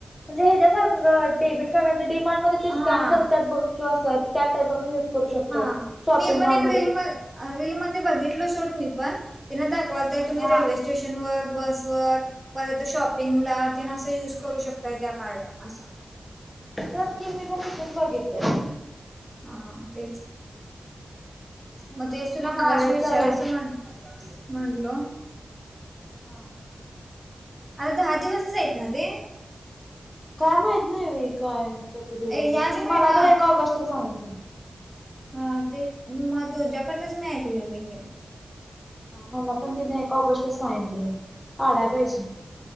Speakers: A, on the left; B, on the right.
A: म्हणजे याच्यासारखं ग डेबिट कार्ड डी मा ते
B: हां
A: स्कॅन करतात किंवा त्या टाईप आपण युज करू शकतोय
B: हा
A: शॉपिंग
B: मी पण
A: मॉल
B: एक रील मध्ये बघितलो सोड मी पण त्यांना दाखवताय. तुम्ही
A: हा
B: रेल्वे स्टेशनवर बस वर परत प शॉपिंगला तेन ला युज करू शकता त्या कार्ड अस.
A: तेच कि मी पण तिथंच बघितलं
B: हा तेच.
A: म्हणूनच
B: मग तेच तुला मगाशी
A: काढायचं
B: विचारायचं
A: आहे
B: म्हणलो
A: हा
B: आता दहा दिवसच आहेत ना ते?
A: काय माहित नाही बाई. काय किती दिवस.
B: ए, ह्याच
A: ती
B: महिना
A: मला तर एक ऑगस्टला सांगितली.
B: हा तेच मग तुझ्याकडनच मी ऐकलोय बाई हे
A: मला पण तिने एक ऑगस्टच सांगितली बग. काढाय पाहिजे.